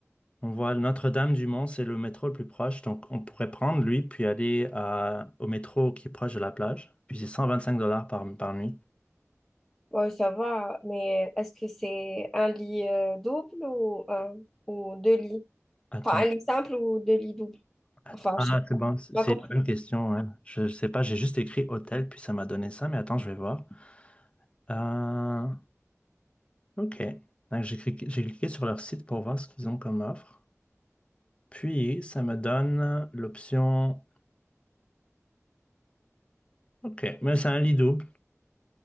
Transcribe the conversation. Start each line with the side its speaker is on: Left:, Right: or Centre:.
Left: on voit Notre-Dame-du-Mont, c'est le métro le plus proche, donc on pourrait prendre lui puis aller à, au métro qui est proche de la plage. Puis c'est 125 dollars par, par nuit.
Centre: Ouais, ça va, mais est-ce que c'est un lit euh, double ou, un- ou deux lits?
Left: Attends.
Centre: Enfin, un lit simple ou deux lits doubles?
Left: Att-
Centre: Enfin,
Left: Ah,
Centre: je sais
Left: c'est
Centre: pas.
Left: bon, c'est
Centre: Tu
Left: c'est
Centre: m'as compris.
Left: une bonne question. hein. Je sais pas, j'ai juste écrit hôtel, puis ça m'a donné ça, mais attends, je vais voir. Euh, ok. Donc, J'ai cliqué, j'ai cliqué sur leur site pour voir ce qu'ils ont comme offre. Puis, ça me donne l'option. Ok, mais c'est un lit double.